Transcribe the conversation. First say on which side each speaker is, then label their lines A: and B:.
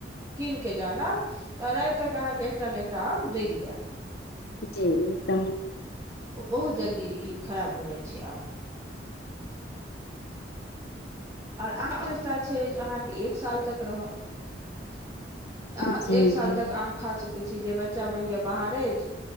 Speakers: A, on the right; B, on the left.
A: कीन के जे जानब तऽ राति तक अहाँके एकटा ने एकटा आम दगि जायत
B: जी एकदम
A: ओ बहुत जल्दी ई खराब भऽ जाइ छै आम आर आम वस्ता छै जे अहाँके एक साल तक रहत अहा
B: जी
A: एक साल
B: जी
A: तक आम खा सकै छी जे बच्चा मानि लिअ बाहर अछि